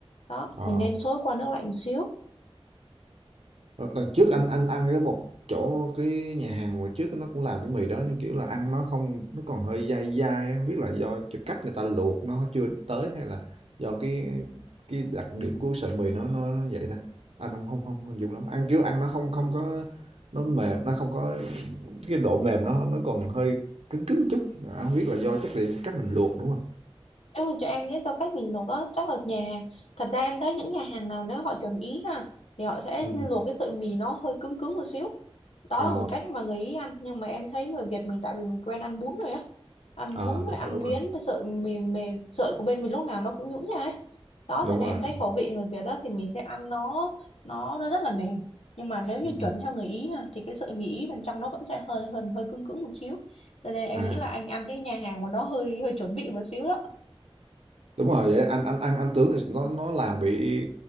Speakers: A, on the left; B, on the right.
A: đó
B: Ờ.
A: mình nên xối qua nước lạnh một xíu
B: Ờ, lần trước anh anh ăn cái một chỗ cái nhà hàng hồi trước nó cũng làm cái mì đó nhưng kiểu là ăn nó không nó còn hơi dai dai không biết là do cái cách người ta luộc nó chưa tới hay là do cái cái đặc điểm của sợi mì nó nó vậy thôi anh không không không, không dùng lắm ăn kiểu ăn nó không không có nó mềm nó không có cái độ mềm nó nó còn hơi cứng cứng chút anh không biết là do chắc là cách mình luộc đúng không
A: Nếu mà cho em lý do cách mình luộc á, chắc là nhà Thật ra em thấy những nhà hàng nào nếu họ chuẩn ý ha, thì họ sẽ
B: ừ.
A: luộc cái sợi mì nó hơi cứng cứng một xíu. Đó
B: ờ
A: là người cách mà người Ý ăn. Nhưng mà em thấy người Việt mình tại vì mình quen ăn bún rồi á. Ăn
B: à,
A: bún rồi
B: đúng
A: ăn
B: rồi đúng
A: miến,
B: rồi
A: cái sợi mì, mì sợi của bên mình lúc nào nó cũng nhũn ra ấy. Đó
B: đúng
A: cho nên
B: rồi
A: em thấy khẩu vị người Việt đó thì mình sẽ ăn nó nó nó rất là mềm. Nhưng mà nếu như
B: ừ.
A: chuẩn theo người Ý ha, thì cái sợi mì Ý bên trong nó vẫn sẽ hơi hơi hơi cứng cứng một xíu. Cho nên em
B: à
A: nghĩ là anh ăn cái nhà hàng mà nó hơi hơi chuẩn bị một xíu đó
B: Đúng rồi, vậy anh anh ăn anh tướng thì nó nó làm bị